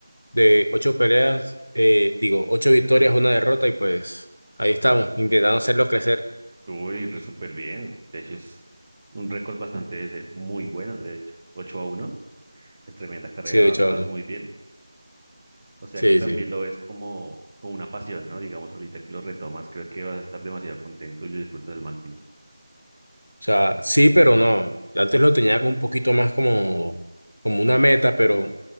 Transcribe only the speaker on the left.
de ocho peleas, eh, digo, ocho victorias, una derrota, y pues ahí estamos, intentando hacerlo crecer.
Sí, de
hecho,
sí,
sí.
O sea, sí, pero no. Antes lo tenía como un poquito más como, como una meta, pero